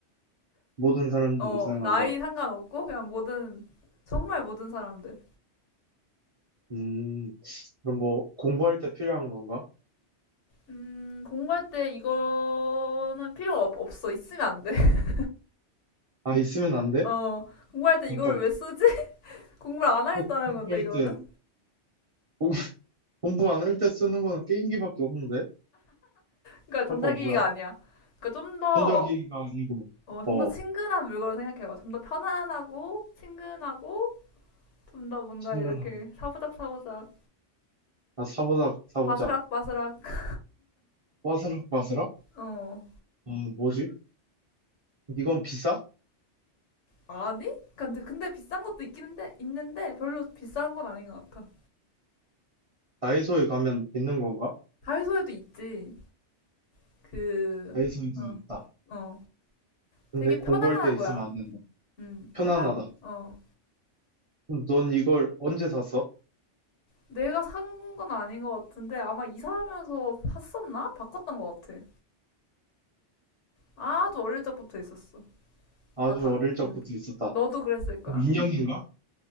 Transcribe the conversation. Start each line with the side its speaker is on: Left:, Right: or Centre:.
Right: 모든 사람들이
Left: 어,
Right: 사용한다.
Left: 나이 상관없고, 그냥 모든, 정말 모든 사람들.
Right: 음, 그럼 뭐, 공부할 때 필요한 건가?
Left: 음, 공부할 때 이거는 필요가 없, 없어. 있으면 안 돼. <laughs>
Right: 아, 있으면 안 돼?
Left: 어, 공부할 때
Right: 잠깐만.
Left: 이걸 왜 쓰지? <laughs> 공부를 안 하겠다는
Right: 어, 공부할
Left: 건데, 이거는.
Right: 때, 공- 공부 안 할 때 쓰는 거는 게임기밖에 없는데?
Left: 그러니까 전자기기가
Right: 아까 뭐야?
Left: 아니야. 그러니까 좀 더,
Right: 전자기기가 아니고,
Left: 어, 좀
Right: 어,
Left: 더 친근한 물건을 생각해봐. 좀 더 편안하고, 친근하고, 좀 더 뭔가
Right: 생각나.
Left: 이렇게 사부작사부작,
Right: 아, 사보작, 사보작.
Left: 바스락바스락,
Right: 빠스락, 빠스락?
Left: 어.
Right: 아, 뭐지? 이건 비싸?
Left: 아니? 그러니까 근데, 근데 비싼 것도 있긴 한데, 있는데, 별로 비싼 건 아닌 것 같아.
Right: 다이소에 가면 있는 건가?
Left: 다이소에도 있지. 그,
Right: 다이소에도
Left: 어,
Right: 있다.
Left: 어.
Right: 근데
Left: 되게 편안한
Right: 공부할 때 있으면
Left: 거야.
Right: 안 된다.
Left: 음,
Right: 편안하다.
Left: 편한, 어.
Right: 그럼 넌 이걸 언제 샀어?
Left: 내가 산 건 아닌 것 같은데, 아마 이사하면서 샀었나? 바꿨던 것 같아. 아주 어릴 적부터 있었어.
Right: 아주
Left: 다, 다,
Right: 어릴 적부터
Left: 음.
Right: 있었다.
Left: 너도 그랬을 거야.
Right: 그럼 인형인가?